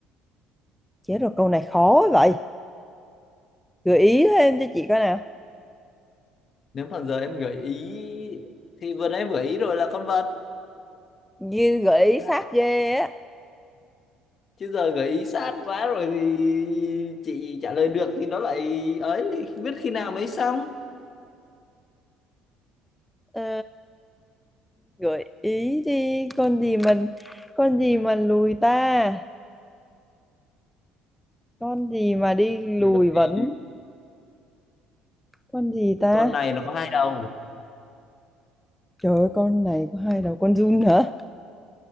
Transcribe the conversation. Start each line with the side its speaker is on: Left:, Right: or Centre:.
Centre: chết rồi câu này khó vậy gợi ý thêm cho chị coi nào
Left: nếu mà giờ em gợi ý thì vừa nãy em gợi ý rồi là con vật
Centre: như gợi
Left: là
Centre: ý sát
Left: con
Centre: ghê á
Left: chứ giờ gợi ý sát quá rồi thì chị trả lời được thì nó lại ấy biết khi nào mới xong
Centre: ờ, gợi ý đi con gì mình con gì mà lùi ta con gì mà đi
Left: gợi
Centre: lùi vẫn
Left: ý
Centre: con gì ta
Left: con này nó có hai đầu
Centre: Trời ơi con này có hai đầu con giun hả?